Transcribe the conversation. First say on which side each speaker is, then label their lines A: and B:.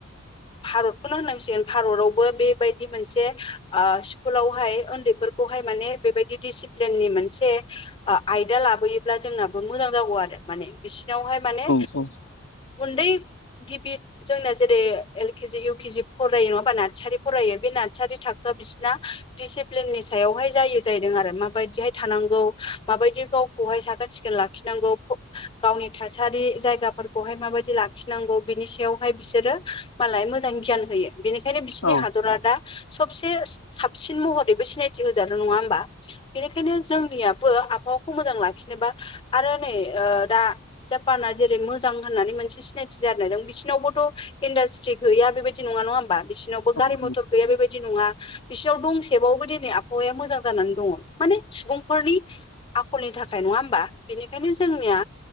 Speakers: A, on the left (about 25°); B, on the left (about 70°).
A: भारतखौनो होननांसिगोन भारतावबो बेबायदि मोनसे स्कुलावहाय उन्दैफोरखौ हाय माने बेबायदि डिसिप्लिननि मोनसे आयदा लाबोयोब्ला जोंनाबो मोजां जागौ आरो माने बिसिनावहाय माने
B: औ
A: उन्दै गिदिर जोंना जेरै एल के जि इउ के जि फरायो नङा होनबा नार्सारि फरायो बे नार्सारि थाखोआ बिसिना डिसिप्लिननि सायावहाय जायो जाहैदों आरो माबायदिहाय थानांगौ माबायदि गावखौहाय साखोन सिखोन लाखिनांगौ गावनि थासारि जायगाफोरखौहाय माबायदि लाखिनांगौ बिनि सायावहाय बिसोरो मालाय मोजां गियान होयो बेनिखायनो बिसोरनि
B: औ
A: हादरा दा सबसे साबसिन महरैबो सिनायथि होजादों नङा होमबा बेनिखायनो जोंनियाबो आबहावाखौ मोजां लाखिनोबा आरो नै दा जापाना जेरै मोजां होननानै मोनसे सिनायथि जादों बिसोरनावबोथ इन्डास्ट्रि गैया बेबायदि नङा नङा होमबा बिसिनाव बो
B: औ
A: गारि मथर गैया बेबायदि नङा बिसोराव दंसेबावबो दिनै आबहावाया मोजां जानानै दङ माने सुबुंफोरनि आखलनि थाखाय नङा होमबा बेनिखायनो जोंनिया